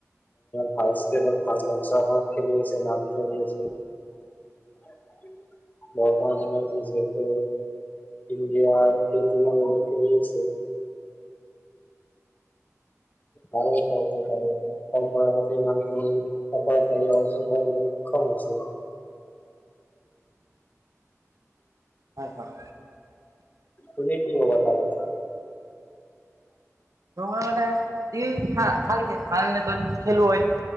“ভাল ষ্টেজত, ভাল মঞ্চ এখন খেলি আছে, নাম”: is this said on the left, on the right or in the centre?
Left